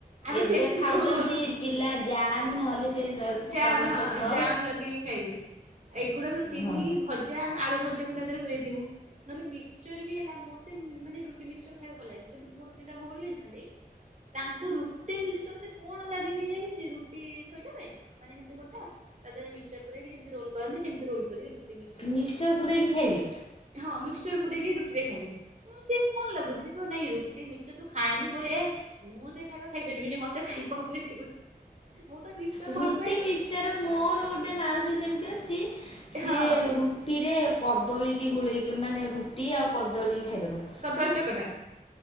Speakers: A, on the right; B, on the left.
A: ଆମେ
B: ଏବେ
A: ସେମିତି
B: ଖାଉଛନ୍ତି
A: ଖାଉ ରୋଲ କରି
B: ପିଲା ଜାମ୍ ନହେଲେ ସେ
A: ଜାମ
B: ଟମାଟୋ
A: ହଁ
B: ସସ୍
A: ଜାମ ଲଗେଇକି ଖାଇବେ ଏଗୁଡା ସବୁ ଚିନି
B: ହଁ
A: ଭ ଯାମ ଆମେ ଆଳୁ ଭଜାକୁ ତା ଦେହରେ ପୁରଇଥିବୁ ନହେଲେ ମିଶ୍ଚର୍ ବି ହେଲା ମ ମୋତେ ମାନେ ରୁଟି ମିକ୍ସିଚର୍ ଖାଇବା ଭଲ ଲାଗନି କିନ୍ତୁ ମୋର ଦିଟା ଭଉଣି ଅଛନ୍ତି ତାଙ୍କୁ ରୁଟି ମିକ୍ସଚର ସେ କଣ ଲାଗେ କେଜାଣି ସେ ରୁଟି ଥୋଇଦବେ ମାନେ ସେମତି ଗୋଟା ତା ଦେହରେ ମିକ୍ସିଚର୍ ପୁରେଇକି ଯେମିତି ରୋଲ କରନ୍ତି ସେମିତି ରୋଲ କରିକି ମିକ୍ସଚର ଖାଇବେ।
B: ମିକ୍ସିଚର ପୁରେଇକି ଖାଇବେ?
A: ହଁ ମିକ୍ସିଚର ପୁରେଇକି ରୁଟି ରେ ଖାଇବେ ସେ କଣ ଲାଗୁଛି ସେ କହ ନାଇଁ ରୁଟି ମିକ୍ସିଚର ତୁ ଖାଏନି ବୋଳିଏ ମୁଁ ସେ ଖାଇବା ଖାଇପାରିବିନି ମତେ ଖାଇ ହବନି ସେଗୁଡା। ମୁଁ ତ ମିକ୍ସଚର
B: ରୁଟି
A: ଭଲ ପାଏନି
B: ମିକ୍ସିଚର୍ ମୋର ଗୋଟେ ମାଉସୀ ସେମିତି ଅଛି। ସିଏ
A: ହଁ
B: ରୁଟିରେ କଦଳୀ କି ଗୋଳେଇକି ମାନେ ରୁଟି ଆଉ କଦଳୀ ଖାଇଦେବ।
A: କଦଳି ଚକଟା।